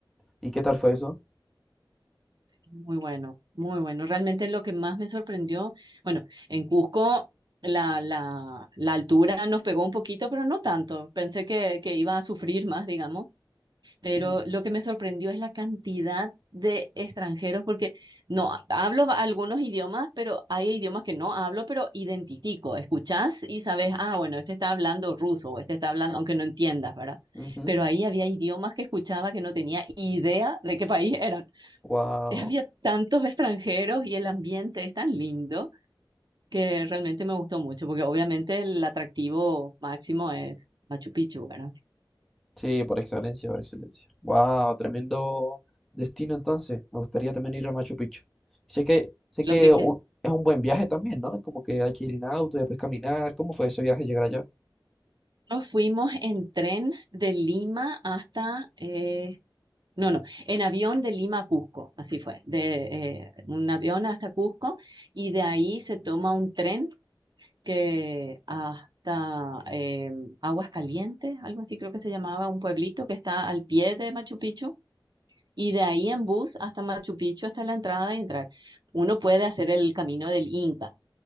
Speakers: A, in the centre; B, on the right (about 55°).
A: ¿Y qué tal fue eso?
B: Muy bueno, muy bueno. Realmente lo que más me sorprendió, bueno, en Cusco la, la, la altura nos pegó un poquito, pero no tanto. Pensé que, que iba a sufrir más, digamos, pero
A: Ujú,
B: lo que me sorprendió es la cantidad de extranjeros, porque no hablo ba- algunos idiomas, pero hay idiomas que no hablo, pero identifico, escuchás y sabes, ah, bueno, este está hablando ruso, o este está hablando, aunque no entiendas, ¿verdad?
A: ujú.
B: Pero ahí había idiomas que escuchaba que no tenía idea de qué país era.
A: Wow.
B: <laughs> eh, había tantos extranjeros y el ambiente es tan lindo que realmente me gustó mucho, porque obviamente el atractivo máximo es Machu Picchu, ¿verdad?
A: Sí, por excelencia, por excelencia. Wow, tremendo destino entonces. Me gustaría también ir a Machu Picchu. Sé que, sé que
B: Lo que, que
A: u- es un buen viaje también, ¿no? Es como que hay que ir en auto y después caminar. ¿Cómo fue ese viaje llegar allá?
B: nos fuimos en tren de Lima hasta, eh, no, no, en avión de Lima a Cusco, así fue, de eh, un avión hasta Cusco y de ahí se toma un tren que hasta eh, Aguas Calientes, algo así creo que se llamaba, un pueblito que está al pie de Machu Picchu Y de ahí en bus hasta Machu Picchu, hasta la entrada y entrar. Uno puede hacer el camino del Inca,